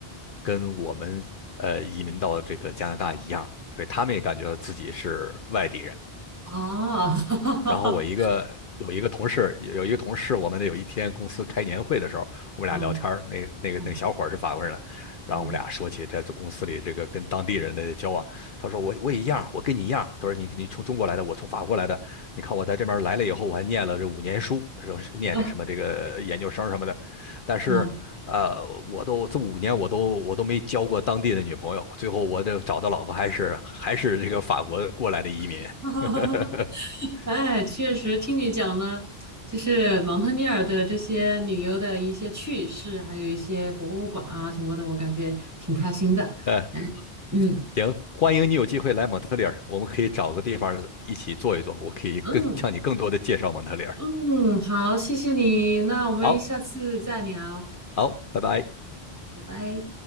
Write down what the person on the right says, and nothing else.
啊？<laughs>
嗯
嗯
嗯
啊。
嗯。
<laughs> 哈哈哈！
哈哎，确实听你讲了，就是蒙特利尔的这些旅游的一些趣事，还有一些博物馆啊什么的，我感觉挺开心的。
嗯嗯
嗯嗯，好，谢谢你，那我们下次再聊，
拜拜。